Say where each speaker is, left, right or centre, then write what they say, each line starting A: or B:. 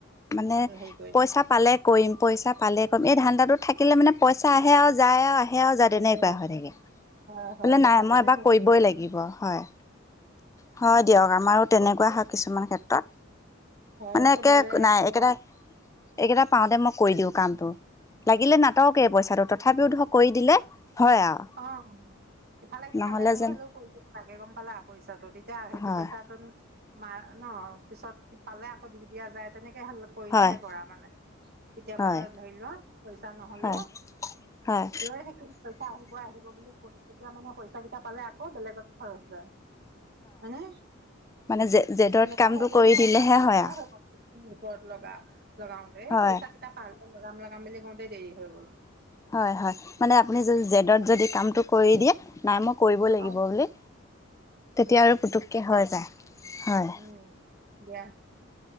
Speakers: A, on the left; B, on the right.
A: মানে,
B: হেৰি কৰিম
A: পইচা পালে কৰিম, পইচা পালে কৰিম এই ধান থাকিলে মানে পইচা আহে আৰু যায়, আৰু আহে আৰু যায় তেনেকুৱা
B: হয়
A: হৈ থাকে।
B: হয়
A: বোলে
B: কথাটো
A: নাই মই
B: দেই
A: এবাৰ কৰিবই লাগিব, হয় হয় দিয়ক আমাৰো। তেনেকুৱা হয় কিছুমান ক্ষেত্ৰত।
B: হয়
A: মানে
B: আছ
A: একে
B: চবৰে একে
A: নাই একেটা
B: উম
A: এইকেইটা পাওঁতে মই কৰি দিওঁ কামটো। লাগিলে নাটওকে পইচাটো তথাপিও ধৰক কৰি দিলে হয় আৰু
B: অ'। সফালে -সিফালে
A: নহ'লে
B: লৈ
A: যেন
B: হলেও কৰি দিব লাগে গম পালা, পইচাটো, তেতিয়া সেইটো
A: হয়
B: পইচাটো মাৰ ন', পিছত পালে আকৌ দি দিয়া যায়, তেনেকে কৰিলেহে
A: হয়
B: কৰা মানে কেতিয়াবা
A: হয়
B: ধৰি লোৱা, পইচা নহলেও
A: হয় হয়
B: ৰই থাকিম পইচা আহিব। আহিব বুলি ক তেতিয়া মানে পইচা কেইটা পালে আকৌ বেলেগত খৰচ হয়। হয় নে?
A: মানে জে জেদত
B: তেনেকোৱা
A: কামটো
B: হয় গ'ল,
A: কৰি দিলেহে
B: আমাৰ তেনেকুৱা
A: আৰু
B: হয় গ'ল। ওপৰত লগা, লগাওতে
A: হয়
B: পইচা কেইটা পালে লগাম -লগাম বুলি কওঁতেই দেৰি হৈ গ'ল।
A: হয়- হয় মানে আপুনি যদি জেদত যদি কামটো কৰি দিয়ে, নাই মোক কৰিব লাগিব
B: অ
A: বুলি। তেতিয়া আৰু পুতুককে হয় যায় হয়।
B: উম দিয়া